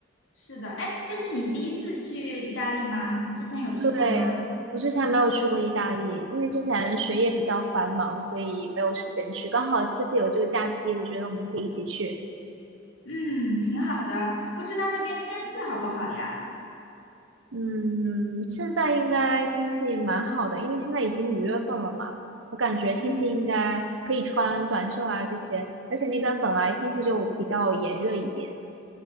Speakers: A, on the left (about 85°); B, on the right (about 85°).
A: 是的，哎，这是你第一次去意大利吗？你之前有去过吗？
B: 对，我之前没有去过意大利，因为之前学业比较繁忙，所以没有时间去。刚好这次有这个假期，我觉得我们可以一起去。
A: 嗯，挺好的。不知道那边天气好不好呀？
B: 嗯，现在应该天气蛮好的，因为现在已经五月份了嘛，我感觉天气应该可以穿短袖啊这些，
A: 嗯，
B: 而且那边本来天气就比较炎热一点。